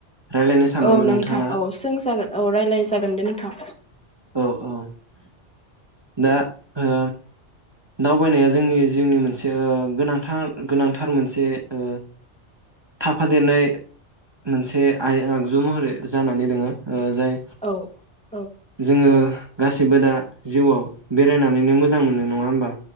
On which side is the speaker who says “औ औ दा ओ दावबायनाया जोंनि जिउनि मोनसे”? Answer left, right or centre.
Right